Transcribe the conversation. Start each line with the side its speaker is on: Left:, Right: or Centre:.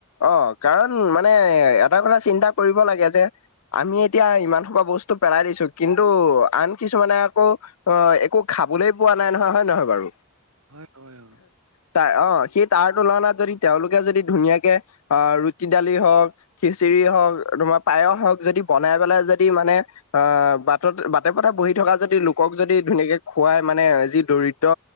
Left: অ কাৰণ মানে এটা কথা চিন্তা কৰিব লাগে যে, আমি এতিয়া ইমান খোপা বস্তু পেলাই দিছো কিন্তু আন কিছুমানে আকৌ, অ একো খাবলৈ পোৱা নাই নহয় হয় নে নহয় বাৰু,
Right: হয় হয় অ,
Left: ত অ সেই তাৰ তুলনাত যদি তেওঁলোকে যদি ধুনীয়াকে অ ৰুটি দালি হওক, খিচিৰি হওক তোমাৰ পায়স হওক যদি বনাই পেলাই যদি মানে, আহ বাটত বাটে পথে বহি থকা যদি লোকক যদি ধুনীয়াকে খুৱাই মানে যি দৰিদ্ৰ,